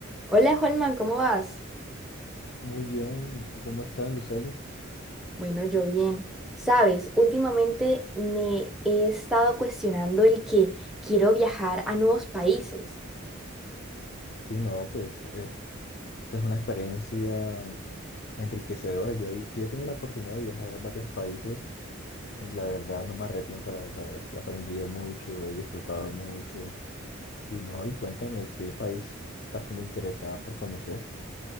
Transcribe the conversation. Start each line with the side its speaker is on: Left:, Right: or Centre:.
Centre: Hola, Holman, ¿cómo vas?
Left: Muy bien, ¿y tú cómo estás, Lucely?
Centre: Bueno, yo bien. Sabes, últimamente me he estado cuestionando el que quiero viajar a nuevos países.
Left: Sí, no, pues es, es una experiencia enriquecedora. Yo, he- yo he tenido la oportunidad de viajar a varios países y la verdad no me arrepiento, la verdad he aprendido mucho, he disfrutado mucho. Y no, y cuéntame qué país estás como interesada por conocer.